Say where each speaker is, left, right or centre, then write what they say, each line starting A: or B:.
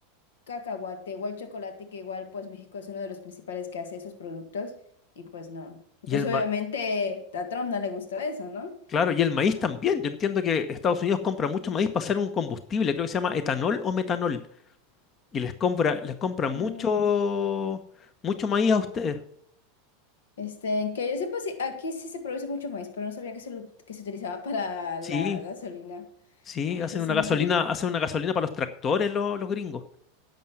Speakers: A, on the left; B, on the left.
A: cacahuate o el chocolate, que igual pues México es uno de los principales que hace esos productos, y pues no, y
B: Y
A: pues
B: el
A: obviamente
B: ma-
A: a Trump no le gustó eso, ¿no?
B: claro, y el maíz
A: Ah,
B: también. Yo entiendo que Estados Unidos compra mucho maíz para hacer un combustible, creo que se llama etanol o metanol. Y les compra, les compra
A: mm,
B: mucho, mucho maíz a ustedes.
A: Este, que yo sepa, sí, aquí sí se produce mucho maíz, pero no sabía que se, lo- que se utilizaba para
B: Sí,
A: la gasolina.
B: sí,
A: Ah,
B: hacen
A: eso sí
B: una
A: no
B: gasolina,
A: sabía.
B: hacen una gasolina para los tractores lo- los gringos,